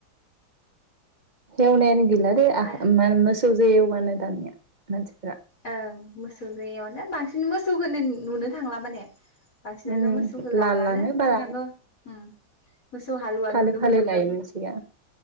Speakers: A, on the right (about 25°); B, on the left (about 40°).
A: एवनायानो गैलादे
B: आरो
A: माने मोस सौजो एवानो दानिया। मानसि
B: ओं मोसौ जायगावनो बांसिन मोसौखौनो नुनो थांला माने। बांसिनानो
A: उम
B: मोसौखौ लालानो
A: बारा
B: सिगांथ' उम। मोसौ हालुवा
A: फालो
B: नुनो
A: फालो
B: मोनदोमोन।
A: लायोमोन सिगां